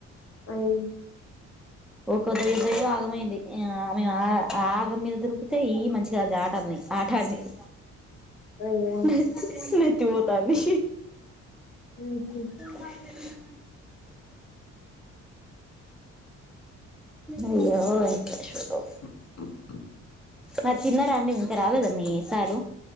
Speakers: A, on the left; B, in the centre.
A: అయ్యో!
B: <unintelligible> ఆగమైంది ఈ యా మీ ఆయ ఆగం మీద దునికితే ఇయ్యి మంచిగా ఆట ఆడినయి ఆట ఆడినాయి
A: అయ్యో!
B: నత్ నత్తి పోతాంది
A: హుహు.
B: <unintelligible> అయ్యో వెంకటేశ్వర్లు
A: అఓ
B: మరి తిన్నారా అండి ఇంకా రాలేదా మీ సారు